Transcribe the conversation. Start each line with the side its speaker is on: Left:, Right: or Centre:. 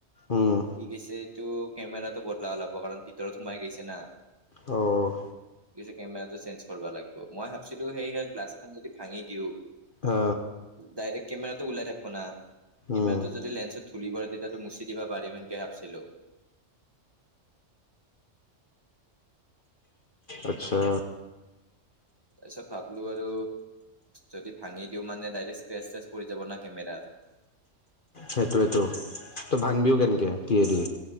Left: উম
Right: কি গৈছে টো কেমেৰাটো বদলাব লাগিব কাৰণ ভিতৰত সোমাই গৈছে না
Left: অ',।
Right: কেমেৰাটো চেঞ্জ কৰিব লাগিব মই ভাবছিলোঁ সেই গ্লাছখন যদি ভাঙি দিওঁ
Left: অ
Right: ডাইৰেক্ট কেমেৰাতটো ওলাই থাকিব না কেমেৰাটো
Left: উম
Right: যদি লেন্সত ধুলি প দিতাতটো মুছি দি বা বাৰী মেকে ভাবিছিলো <inaudible>
Left: আচ্ছা।
Right: তাৰ পিছত ভাবলো আৰু যদি ভাঙি দিওঁ মানে ডাইৰেক্ট স্ক্ৰেছ চ্ৰেছ পৰি যাব না কেমেৰাৰ
Left: সেইটোৱো তো ভাংবিও কেনেকৈ কি এদি